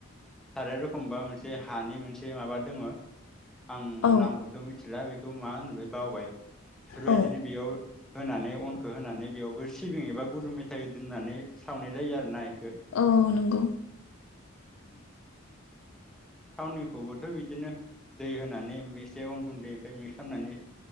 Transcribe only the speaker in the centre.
साराय रखमबा मोनसे हानि मोनसे माबा दङ' आं
नामखौथ' मिथिला बे मा होनबाय बावबाय। बेफोरबायदिनो
बेयाव होनानै अनखौ होनानै बेयावबो सिबिं एबा गुरु मेथाइ दोननानै सावनाय जायो आरो नाय।
उम थावनिखौबोथ' बिदिनो दै होनानै एसे अन गुन्दैनिफ्राय मिक्स खालामनानै